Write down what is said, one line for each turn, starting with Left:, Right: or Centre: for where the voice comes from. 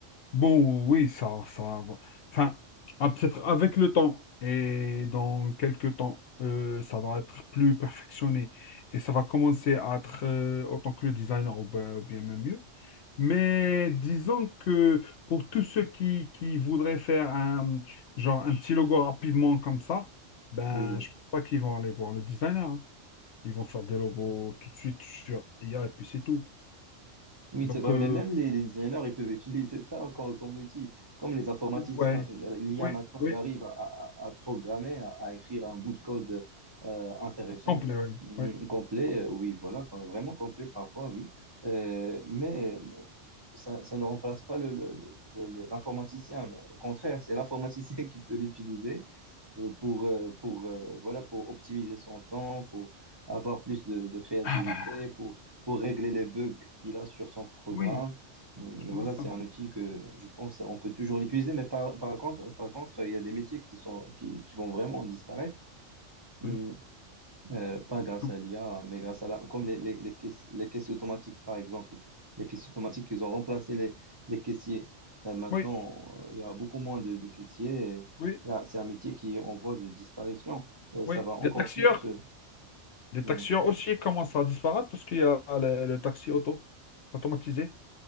Left: Bon, oui, ça, ça va. Enfin, ah, peut-être avec le temps et dans quelques temps, euh, ça va être plus perfectionné et ça va commencer à être euh, autant que le designer ou bien, ou bien même mieux. Mais disons que pour tous ceux qui, qui voudraient faire un, genre un petit logo rapidement comme ça, ben,
Right: Oui.
Left: je pense pas qu'ils vont aller voir le designer. hein. Ils vont faire des logos tout de suite sur IA et puis c'est tout.
Right: Oui,
Left: Donc,
Right: c'est vrai,
Left: euh,
Right: mais même les, les designers, ils peuvent <laughs> utiliser ça comme, comme outil. Comme les informaticiens,
Left: ouais,
Right: euh, l'IA
Left: oui,
Right: maintenant,
Left: oui,
Right: il arrive à, à- à programmer, à, à écrire un bout de code euh, intéressant,
Left: complet, oui.
Right: hum,
Left: oui.
Right: complet, euh, oui, voilà, quand- vraiment complet parfois, oui. Euh, mais euh, ça, ça ne remplace pas le, le- le- le- l'informaticien, mais au contraire, c'est l'informaticien <laughs> qui peut l'utiliser euh, pour, euh, pour, euh, voilà, pour optimiser son temps, pour avoir plus de, de créativité,
Left: Ah bah
Right: pour pour régler les bugs qu'il a sur son programme.
Left: oui,
Right: Mm,
Left: je
Right: Voilà,
Left: vois ça.
Right: c'est un outil que je pense on peut toujours l'utiliser, mais par, par contre, par contre, il y a des métiers qui sont, qui, qui vont vraiment disparaître. Mm,
Left: Oui,
Right: euh, pas grâce
Left: tout-
Right: à l'IA, mais grâce à la, comme les, les, les caisses, les caisses automatiques, par exemple. Les caisses automatiques, ils ont remplacé les, les caissiers. Euh, maintenant,
Left: oui,
Right: euh, il y a beaucoup moins de, de caissiers. et
Left: oui.
Right: il y a- C'est un métier qui est en voie de disparition. Euh,
Left: oui.
Right: ça va encore
Left: Les taxieurs,
Right: plus. euh,
Left: les
Right: mm.
Left: taxieurs aussi commencent à disparaître parce qu'il y a le, le taxi auto automatisé.